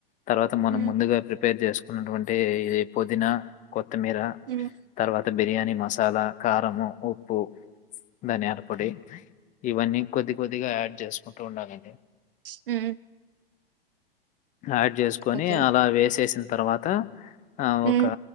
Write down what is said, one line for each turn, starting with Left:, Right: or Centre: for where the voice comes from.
Left: తర్వాత మనం
Right: ఉమ్
Left: ముందుగా ప్రిపేర్ చేసుకున్నటువంటి ఇది పుదీనా కొత్త కొత్తిమీర
Right: ఉమ్
Left: తర్వాత బిర్యానీ మసాలా కారంము ఉప్పు ధనియాల పొడి ఇవన్నీ కొద్ది కొద్దిగా యాడ్ చేసుకుంటూ ఉండాలి
Right: హ
Left: యాడ్ చేసుకొని
Right: ఓకే
Left: అలా వేసేసిన తర్వాత ఆ ఒక
Right: ఉమ్